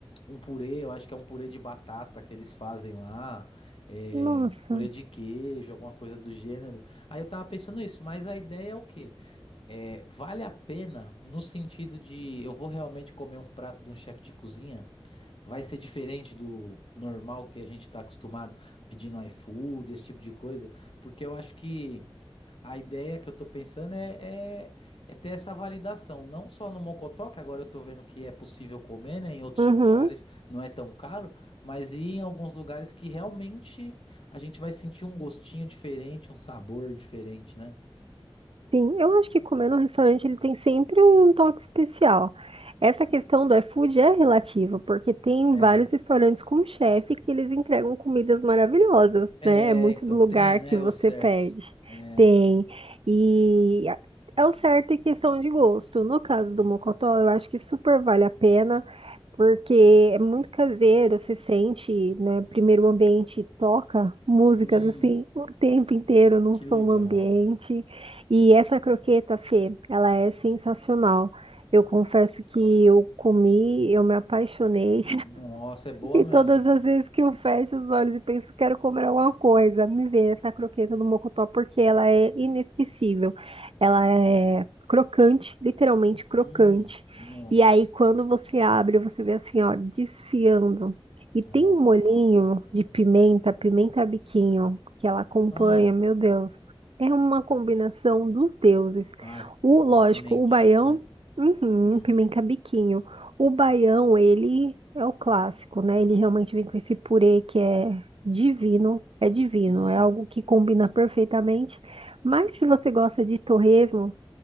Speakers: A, on the left (about 70°); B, on the right (about 75°).
A: um purê, eu acho que é um purê de batata que eles fazem lá, é,
B: Nossa.
A: purê de queijo, alguma coisa do gênero. Aí eu tava pensando isso, mas a ideia é o quê? É, vale a pena no sentido de eu vou realmente comer um prato de um chefe de cozinha? Vai ser diferente do normal que a gente está acostumado pedindo iFood, esse tipo de coisa? Porque eu acho que a ideia que eu tô pensando é, é, é ter essa validação, não só no Mocotó, que agora eu tô vendo que é possível comer, né? Em outros
B: Uhum.
A: lugares não é tão caro, mas ir em alguns lugares que realmente a gente vai sentir um gostinho diferente, um sabor diferente, né?
B: Sim, eu acho que comer no restaurante ele tem sempre um toque especial. Essa
A: Hum.
B: questão do iFood é relativa, porque tem
A: É,
B: vários restaurantes com chefe que eles entregam comidas maravilhosas,
A: É,
B: né? É muito
A: então
B: do
A: tem,
B: lugar
A: né?
B: que você
A: Os certos.
B: pede.
A: É.
B: Tem. E é o certo em questão de gosto. No caso
A: Hum.
B: do Mocotó, eu acho que super vale a pena, porque é muito caseiro, você sente, né? Primeiro o ambiente toca músicas
A: Hum,
B: assim o tempo inteiro num
A: que
B: som
A: legal.
B: ambiente. E essa croqueta, Fê, ela é sensacional. Eu confesso que eu comi, eu me apaixonei.
A: Nossa, é boa
B: E
A: mesmo.
B: todas as vezes que eu fecho os olhos e penso, quero comer alguma coisa, me vem essa croqueta do mocotó porque ela é inesquecível. Ela é crocante, literalmente crocante.
A: Hum, nossa.
B: E aí, quando você abre, você vê assim, ó, desfiando. E tem
A: Nossa.
B: um molhinho de pimenta, pimenta a biquinho, que ela acompanha,
A: Ah,
B: meu Deus. É uma combinação dos deuses.
A: ai,
B: O, lógico,
A: com a pimentinha.
B: o baião, uhum,
A: Hum,
B: pimenta a biquinho. O baião, ele é o clássico, né? Ele realmente vem com esse purê que é divino, é divino,
A: hum.
B: é algo que combina perfeitamente. Mas se você gosta de torresmo,